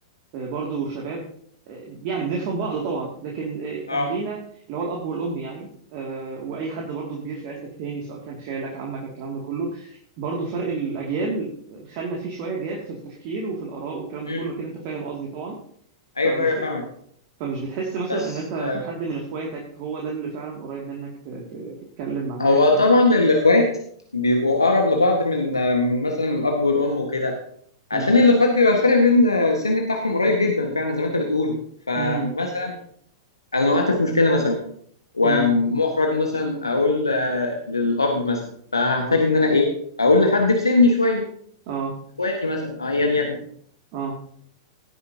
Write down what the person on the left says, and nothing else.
اه
مم.
ايوه
ايوه
فاهمك
بس
آه
هو
طبعا الاخوات بيبقوا اقرب لبعض من آه، من مثلا الاب والام وكده عشان
الاخوات بيبقى الفرق بين آه، السن بتاعهم قريب جدا فعلا زي ما انت بتقول فمثلا
انا وقعت في مشكله مثلا ومحرج
مثلا اقول آه، للاب مثلا فهحتاج
ان انا ايه اقول لحد في سني شويه
اخواتي مثلا آه، ايا يكن